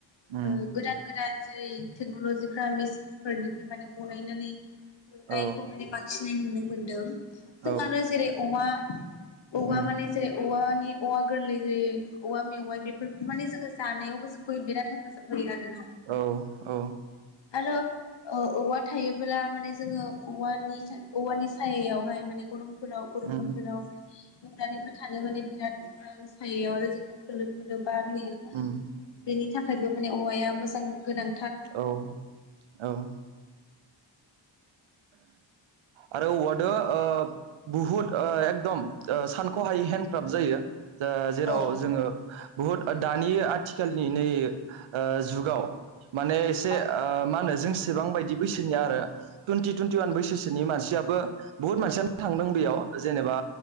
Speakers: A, on the right; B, on the left.
A: उम
B: ओ गोदान गोदान जेरै टेक्न'ल'जिफ्रा मेसिनस फोरनिफ्राय माने बनायनानै मोननायखौ
A: औ
B: माने बांसि फ्राय नुनो मोनदों। जों
A: औ
B: आरो जेरै औवा औवा
A: उम
B: माने जेेरै औवानि बि औवा गोरलैजायो औवा मेवाइ बेफोरखौ माने जोंङो जानायावबो जो फै बिराद हेफाजाब होयो आरोना।
A: औ औ
B: रो ओ औवा थायोब्ला माने जोंङो औवानि खे औवानि सि सायावहाय माने गरम फोराव गरम
A: उम
B: बोथोराव उन्दुनानैबो थानो माने बिराद मोजां सायायाव आरो जोबोद खोलो खोलोब बार होयो
A: उम
B: बेनि थाख थायगफानि औवाया मोजां गोनां
A: औ औ आरो औवादो ओ बहुत ओ एकदम ओ सानख'हायै हेन्दक्राब जायो। जा जेराव
B: औ
A: जोंङो बुहुथ ओ दानि आथिखालनि नै ओ जुगाव माने एसे
B: औ
A: ओ मा होनो जोंस बेसेबां बायदि बैसोनिया आरो। थुनथि थुन्टिवान बैसोसोनि मानसियाबो बुहुथ मानसियानो थांदों बेयाव जेनेबा